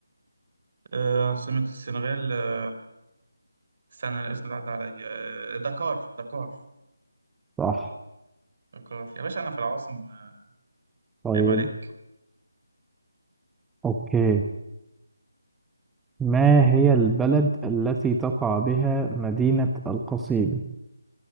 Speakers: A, on the right; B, in the centre.
A: آه، عاصمة السنغال آه، استنى الاسم ده عدى عليا آه، دكار دكار
B: صح
A: دكار يا باشا أنا في العواصم آه،
B: طيب
A: عيب عليك
B: أوكي ما هي البلد التي تقع بها مدينة القصيم